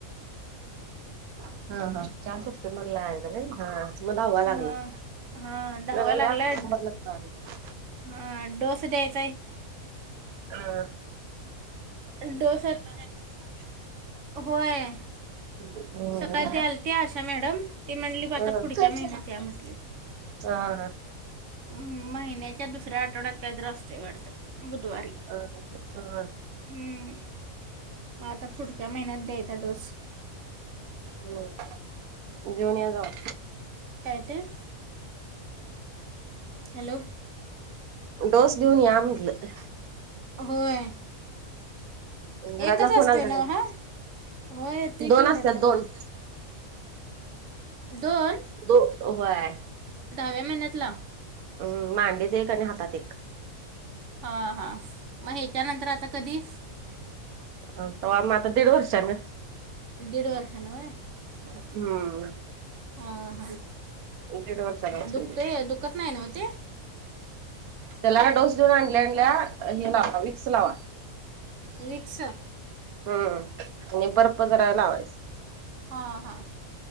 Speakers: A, on the right; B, on the right.
A: हां. हां. चार सप्टेंबरला आहे का नाही? हां. म धाव्वा लागला.
B: हां हां दहावा
A: <unintelligible>
B: लागलाय हां. डोस द्याय -
A: हां.
B: डोस <unintelligible> होय.
A: हम्म
B: सकाळी ते आलती आशा मॅडम. ती म्हणली आता
A: हा
B: पुढच्या महिन्यात या म्हटली.
A: हा. हा.
B: हं. महिन्याच्या दुसऱ्या आठवड्यात काहीत र असतय वाटतं बुधवारी.
A: अं. हं.
B: हं. म आता पुढच्या महिन्यात द्यायचा डोस.
A: हम्. घेऊन या जाऊन.
B: काय ते? हॅलो.
A: डोस. घेऊन या म्हटलं.
B: होय.
A: घरातला
B: एकच
A: फोन
B: असतोय
A: आलता
B: नव्ह
A: त्यांना
B: हा? हो. येतोय
A: दोन
B: की घरातलं
A: असतात दोन
B: पण- दोन?
A: दो व्हाय.
B: दहाव्या महिन्यातला?
A: हम. मांडीत एक आणि हातात एक.
B: हां. हां. मग ह्याच्यानंतर आता कधी?
A: अ तवा म आता दीड वर्षान.
B: दीड वर्षान व्हय.
A: हम्म.
B: हां हां
A: दीड वर्षांनी उच
B: दुखतंय
A: केले
B: दुखत नाही ना हो ते
A: त्याला डोस देऊन आणल्या आणल्या हे लावा मिक्स लावा.
B: रिक्सा.
A: हम्म आणि बरप लावायचं.
B: हा हा,